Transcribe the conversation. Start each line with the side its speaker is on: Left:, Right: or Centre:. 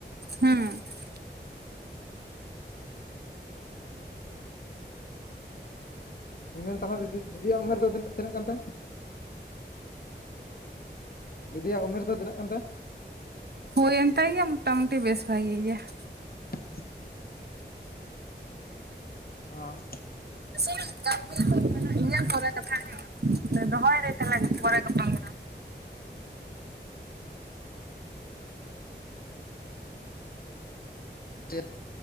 Right: ᱦᱮᱸ
Left: ᱢᱮᱱ ᱛᱟᱦᱚᱞᱮ ᱫᱤᱫᱤ ᱫᱤᱫᱤᱭ ᱩᱢᱮᱨ ᱫᱚ ᱛᱤᱱᱟᱹᱜ ᱜᱟᱱ ᱛᱟᱭ? ᱫᱤᱫᱤᱭᱟᱜ ᱩᱢᱮᱨ ᱫᱚ ᱛᱤᱱᱟᱹᱜ ᱠᱟᱱ ᱛᱟᱭ?
Right: ᱦᱩᱭᱮᱱ ᱛᱟᱭ ᱜᱮᱭᱟ ᱢᱚᱴᱟ ᱢᱩᱴᱤ ᱵᱮᱥ ᱵᱷᱟᱜᱮ ᱜᱮ ᱾
Left: <unintelligible> ᱦᱸ
Right: ᱤᱧᱟᱹᱜ ᱠᱟᱹᱢᱤ ᱠᱚ ᱢᱮᱱᱟᱜ ᱜᱮᱭᱟ ᱯᱚᱨᱮ ᱠᱟᱛᱷᱟ ᱠᱟᱛᱷᱟᱧ ᱦᱩᱭᱩᱜᱼᱟ, ᱫᱚᱦᱚᱭ ᱫᱟᱹᱧ ᱛᱟᱦᱞᱮ ᱯᱚᱨᱮ ᱜᱟᱯᱟᱞᱢᱼᱼ
Left: ᱪᱮᱫ?